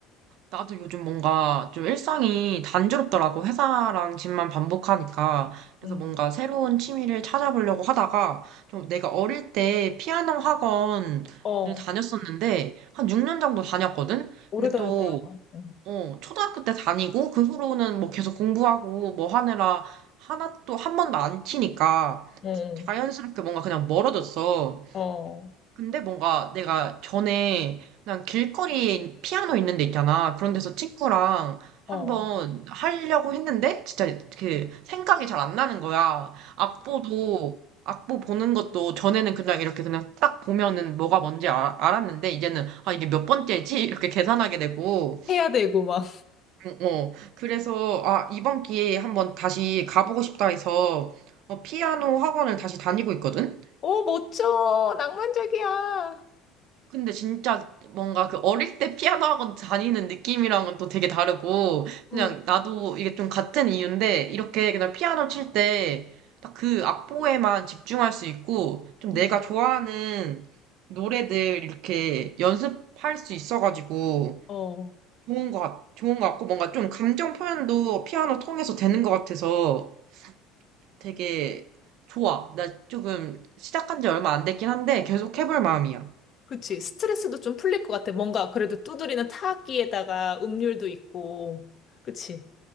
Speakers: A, on the right (about 65°); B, on the left (about 45°).
A: 나도 요즘 뭔가 좀 일상이 단조롭더라고. 회사랑 집만 반복하니까. 그래서
B: 응.
A: 뭔가 새로운 취미를 찾아보려고 하다가 좀 내가 어릴 때 피아노 학원을
B: 어,
A: 다녔었는데 한 6년 정도 다녔거든?
B: 오래다녔다.
A: 근데 또,
B: 응.
A: 어, 초등학교 때 다니고 그 후로는 뭐 계속 공부하고 뭐 하느라 하나 또 한 번도 안 치니까
B: 응.
A: 자연스럽게 뭔가 그냥 멀어졌어.
B: 어,
A: 근데 뭔가 내가 전에 난 길거리에 피아노 있는 데 있잖아. 그런 데서 친구랑 한번
B: 어.
A: 하려고 했는데 진짜 그 생각이 잘 안 나는 거야. 악보도 악보 보는 것도 전에는 그냥 이렇게 그냥 딱 보면은 뭐가 뭔지 아- 알았는데 이제는 아 이게 몇 번째지? 이렇게 계산하게 되고
B: 해야 되고 막.
A: 어, 어. 그래서 아 이번 기회에 한번 다시 가보고 싶다 해서 어, 피아노 학원을 다시 다니고 있거든.
B: 오 멋져. 낭만적이야.
A: 근데 진짜 뭔가 그 어릴 때 피아노 학원 다니는 느낌이랑은 또 되게 다르고,
B: 어,
A: 그냥 나도 이게 좀 같은 이유인데, 이렇게 그냥 피아노 칠 때, 딱 그 악보에만 집중할 수 있고, 좀
B: 음.
A: 내가 좋아하는 노래들 이렇게 연습할 수 있어가지고,
B: 어.
A: 좋은 것, 같- 좋은 것 같고, 뭔가 좀 감정 표현도 피아노 통해서 되는 것 같아서 되게 좋아. 나 조금 시작한 지 얼마 안 됐긴 한데, 계속 해볼 마음이야.
B: 그치. 스트레스도 좀 풀릴 것 같아. 뭔가 그래도 두드리는 타악기에다가 음률도 있고. 그치.